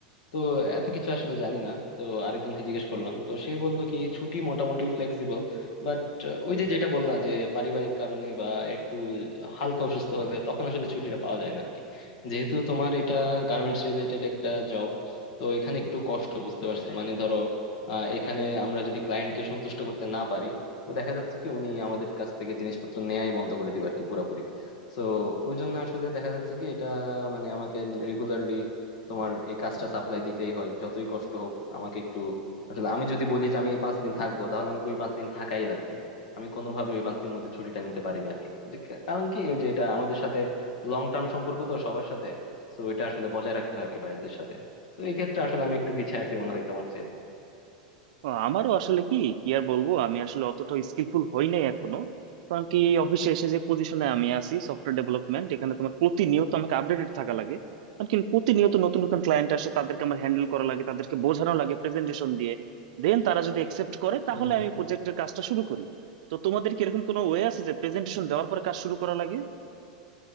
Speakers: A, on the left; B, on the right.
A: তো এত কিছু আসলে জানি না তো আরেকজনকে জিজ্ঞেস করলাম তো সে বললো কি ছুটি মোটামুটি ফ্লেক্সিবল বাট ওই যে যেটা বললা যে পারিবারিক কারণে বা একটু হালকা অসুস্থ হলে তখন আসলে ছুটিটা পাওয়া যায় না আরকি যেহেতু তোমার এটা গার্মেন্টস রিলেটেড একটা জব তো এখানে একটু কষ্ট বুঝতে পারছো মানে ধরো আহ এখানে আমরা যদি ক্লায়েন্টকে সন্তুষ্ট করতে না পারি তো দেখা যাচ্ছে কি উনি আমাদের কাছ থেকে জিনিসপত্র নেয়াই বন্ধ করে দিবে আর কি পুরাপুরি তো ওই জন্য আসলে দেখা যাচ্ছে কি এটা মানে আমাকে রেগুলারলি তোমার এই কাজটা সাপ্লাই দিতেই হয় যতই কষ্ট হোক আমাকে একটু আসলে আমি যদি বলি যে আমি এই পাঁচ দিন থাকবো তাহলে আমাকে ওই পাঁচ দিন থাকাই লাগবে আমি কোনোভাবে ওই পাঁচ দিনের মধ্যে ছুটিটা নিতে পারি না আর কি যে কা- কারণ কি ওই যে এটা আমাদের সাথে লং টার্ম সম্পর্ক তো সবার সাথে তো এটা আসলে বজায় রাখতে হয় আর কি বাইরদের সাথে তো এই ক্ষেত্রে আসলে আমি একটু পিছিয়ে আছি মনে হয় তোমার
B: ও, আমারও আসলে কি কি আর বলবো আমি আসলে অতটা স্কিলফুল হই নাই এখনো কারণ কি এই অফিসে এসে যে পজিশনে আমি আছি সফটওয়্যার ডেভেলপমেন্ট এখানে তোমার প্রতিনিয়ত আমাকে আপডেটেড থাকা লাগে কারণ কি প্রতিনিয়ত নতুন নতুন ক্লায়েন্ট আসে তাদেরকে আমার হ্যান্ডেল করা লাগে তাদেরকে বোঝানো লাগে প্রেজেন্টেশন দিয়ে দেন তারা যদি একসেপ্ট করে তাহলে
A: চেয়ে
B: আমি প্রজেক্টের কাজটা শুরু করি তো তোমাদের কি এরকম কোনো ওয়ে আছে যে প্রেজেন্টেশন দেওয়ার পরে কাজ শুরু করা লাগে